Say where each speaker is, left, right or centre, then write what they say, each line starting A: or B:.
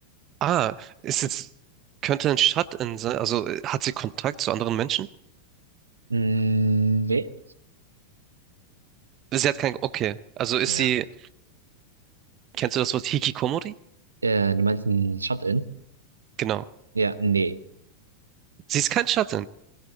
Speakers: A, on the right; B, on the right.
A: ah, ist jetzt, könnte ein Shut-in sein, also äh, hat sie Kontakt zu anderen Menschen?
B: Mm, nee.
A: Sie hat kein, okay, also ist
B: Ja.
A: sie, kennst du das Wort Hikikomori?
B: Äh, du meinst ein Shut-in?
A: Genau.
B: Ja, nee.
A: Sie ist kein shut